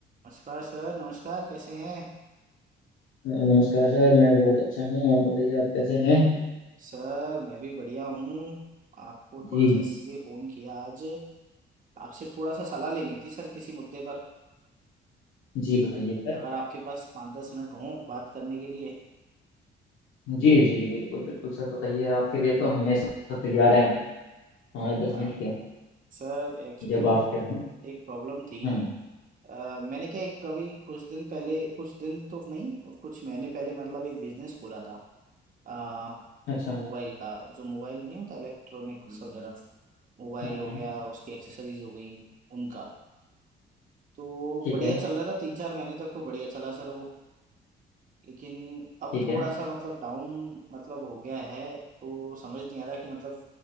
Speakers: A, on the right; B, on the left.
A: नमस्कार सर नमस्कार कैसे हैं
B: नमस्कार सर मैं बहुत अच्छा हूँ आप बताइए आप कैसे हैं
A: सर मैं भी बढ़िया हूँ आपको
B: जी
A: थोड़ा सा इसलिए फ़ोन किया आज आपसे थोड़ा सा सलाह लेनी थी सर किसी मुद्दे पर
B: जी बताइए सर
A: अगर आपके पास पाँच दस मिनट हों बात करने के लिए
B: जी जी जी बिल्कुल बिल्कुल सर बताइए आपके लिए तो हमेशा तैयार हैं हम पाँच दस
A: आ,
B: मिनट क्या
A: सर एक्चुअली
B: जब आप चाहें
A: एक प्रॉब्लम थी
B: हम्म
A: आ, मैंने क्या एक कभी कुछ दिन पहले कुछ दिन तो नहीं कुछ महीने पहले मतलब एक बिजनेस खोला था आ,
B: अच्छा
A: मोबाइल का जो मोबाइल नहीं होता इलेक्ट्रॉनिक्स वगैरह मोबाइल
B: हाँ
A: हो
B: हाँ
A: गया उसकी एक्सेसरीज हो गई उनका तो
B: ठीक
A: बढ़िया
B: है
A: चल रहा था तीन चार महीने तक तो बढ़िया चला सर वो लेकिन अब
B: ठीक
A: थोड़ा
B: है
A: सा मतलब डाउन मतलब हो गया है तो समझ नहीं आ रहा कि मतलब